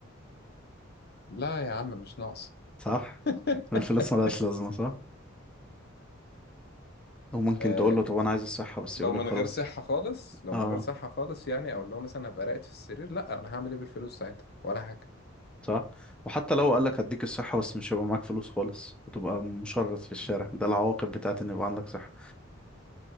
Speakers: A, on the left; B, in the centre.
A: لا يا عم مش ناقص
B: صح
A: <laughs>
B: الفلوس ملهاش لازمه صح وممكن
A: آه
B: تقول له طب انا عايز الصحه بس
A: لو
B: يقول
A: من
B: لك خلاص
A: غير صحة خالص لو
B: اه
A: من غير صحة خالص يعني او لو مثلا هبقى راقد في السرير لا انا هعمل ايه بالفلوس ساعتها ولا حاجة
B: صح وحتى لو قال لك هديك الصحه بس مش هيبقى معاك فلوس خالص هتبقى مشرد في الشارع ده العواقب بتاعت ان يبقى عندك صحه